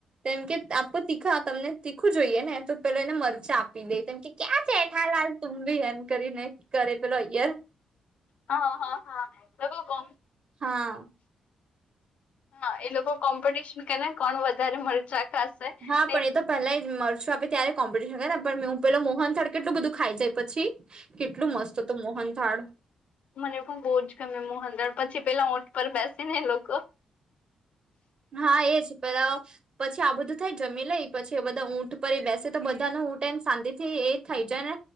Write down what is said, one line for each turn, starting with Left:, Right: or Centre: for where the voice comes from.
Right: કેમ કે આપો તીખા તમને તીખું જોઈએ, ને તો પેલો એને મરચા આ પી દે કે ક્યાં છેઠા લાલ તુંમ, ભી એમ કરીને કરે પેલો અયાર
Left: હા, હા, હા તો કોમ
Right: હા
Left: હા, એ લોકો કોમ્પિટિશન, કેને કોણ વધારે મરચા ખાશે
Right: હા,
Left: તે
Right: પણ એ, તો પેલા મરશું આપે ત્યારે કોમ્પ પણ મે હું, પેલો મોહન થળ કેટલું બધું ખાઈ જાય, પછી કેટલું મસ્ત હતું મોહન થાળ
Left: મને પણ બહુ જ ગમે મોહદણ પછી, પેલા ઊંટ પર બેસે ને લોકો
Right: હા, એજ પેલા પછી, આ બધું થાય. જમી લઈ પછી એ બધા ઊંટ પર એ બેસે તો બધા નો ટાઈમ શાંતિ થી, એ થઈ જાય,